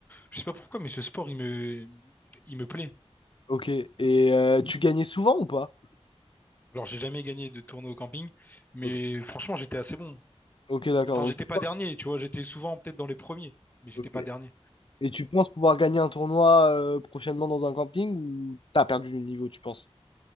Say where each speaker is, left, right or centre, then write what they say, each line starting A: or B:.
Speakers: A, on the left; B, on the left.
A: je sais pas pourquoi, mais ce sport, il me, il me plaît.
B: Ok. Et euh, tu gagnais souvent ou pas?
A: Alors, j'ai jamais gagné de tournoi au camping, mais
B: Ok,
A: franchement, j'étais assez bon.
B: Ok, d'accord.
A: Enfin,
B: Donc,
A: j'étais
B: tu-
A: pas dernier, tu vois, j'étais souvent peut-être dans les premiers, mais j'étais
B: ok.
A: pas dernier.
B: Et tu penses pouvoir gagner un tournoi euh, prochainement dans un camping ou t'as perdu du niveau, tu penses?